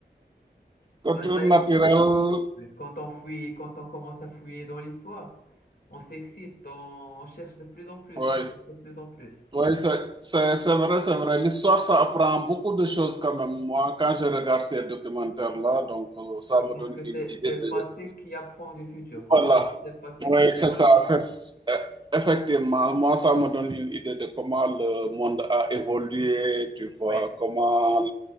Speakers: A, on the right (about 25°); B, on the left (about 65°).
A: Culture
B: Enfin, ça,
A: naturelle,
B: ex- Mais Quand on fouille, quand on commence à fouiller dans l'histoire, on s'excite, on cherche de plus en plus,
A: oui.
B: on cherche de plus en plus.
A: Oui, c'est c'est- c'est vrai, c'est vrai. L'histoire, ça apprend beaucoup de choses quand même. Moi, quand je regarde ces documentaires-là, donc euh, ça me
B: Parce
A: donne
B: que
A: une
B: c'est,
A: idée
B: c'est le
A: de...
B: passé qui apprend du futur. C'est
A: Voilà.
B: comme si c'est le passé
A: Oui,
B: qui apprend
A: c'est ça.
B: le futur.
A: c'est- euh, Effectivement, moi, ça me donne une idée de comment le monde a évolué, tu vois,
B: Ouais,
A: comment